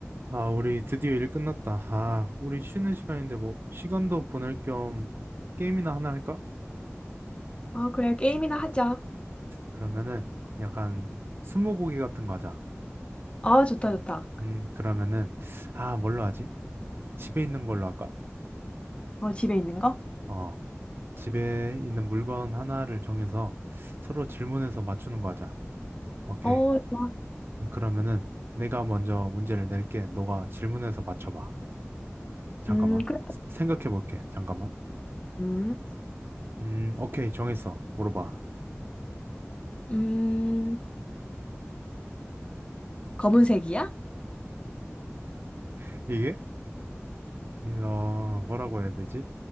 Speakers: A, on the right (about 50°); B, on the left (about 25°).
A: 아, 우리 드디어 일 끝났다. 아, 우리 쉬는 시간인데 뭐 시간도 보낼 겸 게임이나 하나 할까?
B: 아, 그래. 게임이나 하자.
A: 그러면은 약간 스무고개 같은 거 하자.
B: 아, 좋다, 좋다.
A: 음, 그러면은 아, 뭘로 하지? 집에 있는 걸로 할까?
B: 어, 집에 있는 거?
A: 어, 집에 있는 물건 하나를 정해서 서로 질문해서 맞추는 거 하자. 오케이.
B: 어, 좋아.
A: 음, 그러면은 내가 먼저 문제를 낼게. 너가 질문해서 맞춰봐. 잠깐만.
B: 음, 그래.
A: 생각해 볼게. 잠깐만.
B: 음,
A: 음, 오케이. 정했어. 물어봐.
B: 음, 검은색이야?
A: <laughs> 이게? 어, 뭐라고 해야 되지?